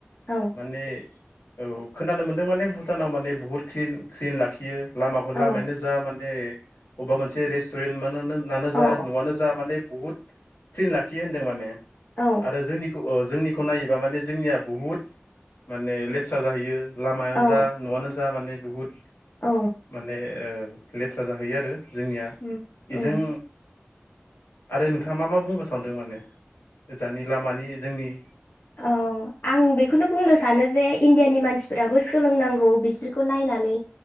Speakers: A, on the left (about 50°); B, on the left (about 85°).
A: औ
B: माने ओउ खोनानो मोन्दों माने भुटानाव माने बुहुद क्लिन क्लिन लाखियो लामाखौ लामायानो
A: औ
B: जा माने अबा मोनसे बे रेसटुरेन्टमानो नानो
A: औ
B: जा नवानो जा माने बुहुद सिन लाखियो होनदों माने
A: औ
B: आरो जोंनिखौ ओ जोंनि खौ नायोबा माने जोंनिया बुहुद माने लेथ्रा जाहैयो लामायानो
A: औ
B: जा नवानो ज जा माने बुहुद
A: औ
B: माने ओ लेथ्रा जाहैयो आरो जोंनिया
A: उम
B: इजों
A: उम
B: आरो नोंथाङा मा मा बुंनो सानदों माने गोजाननि लामानि जोंनि?
A: औ आं बेखौनो बुंनो सानो जे इण्डियानि मानसिफोराबो सोलोंनांगौ बिसोर खौ नायनानै